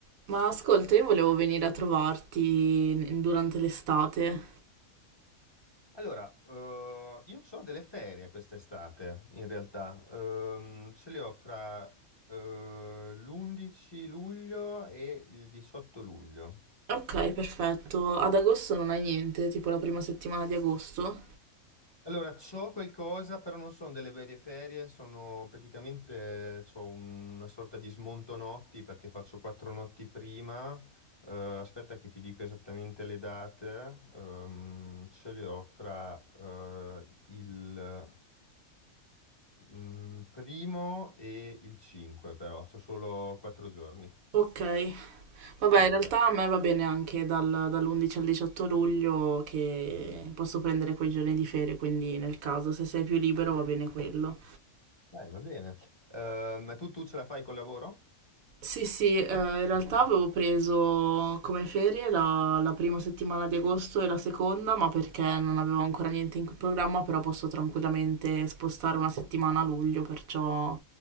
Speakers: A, on the right; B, on the left.
A: Ma ascolta, io volevo venire a trovarti in- durante l'estate.
B: Allora, eh, io ho delle ferie quest'estate, in realtà. Ehm, ce le ho fra l'11 luglio e il 18 luglio.
A: Ok, perfetto. Ad agosto non hai niente, tipo la prima settimana di agosto.
B: Allora, c'ho qualcosa, però non sono delle vere ferie, sono praticamente, c'ho un- una sorta di smonto notti perché faccio quattro notti prima. Eh, aspetta che ti dico esattamente le date. Ehm, ce le ho fra eh, il Mm, primo e il 5 però, c'ho solo 4 giorni.
A: Ok. Vabbè,
B: 5.
A: in realtà a me va bene anche dal- dall'11 al 18 luglio che posso prendere quei giorni di ferie, quindi nel caso se sei più libero va bene quello.
B: Dai, va bene. Eh, ma tu, tu ce la fai col lavoro?
A: Sì, sì, eh, in realtà avevo preso come ferie la, la prima settimana di agosto e la seconda, ma perché non avevo ancora niente in programma, però posso tranquillamente spostare una settimana a luglio, perciò